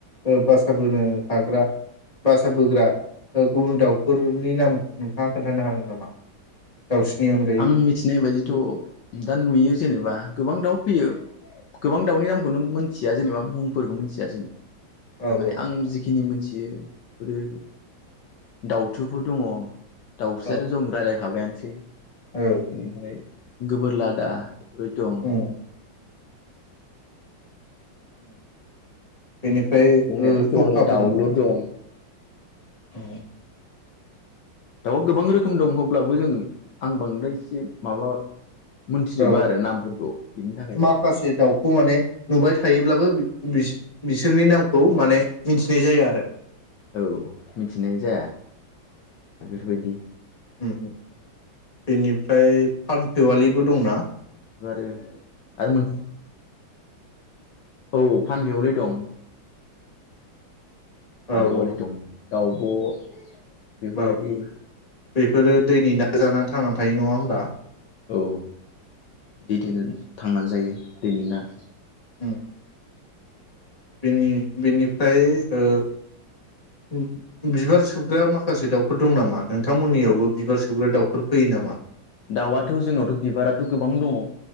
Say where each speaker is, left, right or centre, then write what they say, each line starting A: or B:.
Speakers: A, on the left (about 20°); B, on the left (about 65°).
A: ओ बासाबोनो हाग्रा बासाबोग्रा गुबुन दाउ फोरनि नामखौ नोंथाङा खोन्थानो हागोन नामा? दाउस्रिनि अनगायै
B: आं मिथिनाय बायदिथ दा नुयो जेनेबा गोबां दाउ फैयो गोबां दाउनि नामखौनो मोनथि जा-जेनेबा मुंफोरखौ मोनथिया जों थारमाने
A: औ
B: आं जिखिनि मोन जियोब्रो। दाउथुफोर दङ दाउस्रियाथ'
A: औ
B: जों रायजलायखाबायानोसै।
A: औ
B: <unintelligible> गोबोर लादा यै दं
A: औ ओ। बेनिफ्राय
B: ओमफ्राय
A: बो
B: दंनायाथ'
A: सखाबो
B: गोबां दं दाउलुर
A: दंना?
B: दं
A: औ
B: दाउ गोबां रोखोम दं हब्लाबो जों आं बांदाय जिब माबा मोनथिजोबा
A: औ
B: आरो नामफोरखौ बिनि थाखाय
A: माखासे दाउखौ माने नुबाय थायोब्लाबो बिस-बिसोरनि नामखौ माने मिथिनाय जाया आरो।
B: औ मिथिनाय जाया बेफोरबायदि।
A: उ बेनिफ्राय फामफेवालिबो दंना?
B: आरो आरो मोन औ फानबियावलै दं।
A: औ
B: फानदेवालि
A: औ
B: दं दावब' बेफोरबायदि
A: औ बेफोरो दैनि ना जानानै थांनानै थायो नङा होमबा?
B: औ दबदिनो थांनानै जायो दिनैना।
A: उम बेनि बेनिफाय ओ उ बिबार सोबग्रा माखासे दाउफोर दं नामा नोंथांमोननियावबो बिबार सोबग्रा दाउफोर फैयो नामा?
B: दाउआथ' जोंनावथ' बिबाराथ' गोबां दङ'